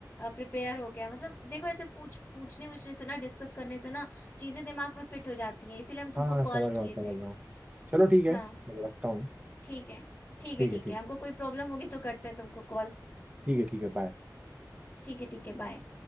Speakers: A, on the left (about 20°); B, on the right (about 20°).
A: प्रिपेयर हो गया मतलब देखो ऐसे पूछ पूछने वूछने से ना डिस्कस करने से ना चीजें दिमाग में फिट हो जाती हैं इसीलिए हम तुमको
B: हाँ हाँ समझ
A: कॉल
B: रहा
A: किए
B: हूँ समझ
A: थे
B: रहा हूँ चलो ठीक
A: हाँ
B: है मैं रखता हूँ
A: ठीक है ठीक
B: ठीक
A: है ठीक
B: है ठीक
A: है हमको कोई प्रॉब्लम होगी तो करते हैं तुमको कॉल
B: ठीक है ठीक है बाय
A: ठीक है ठीक है बाय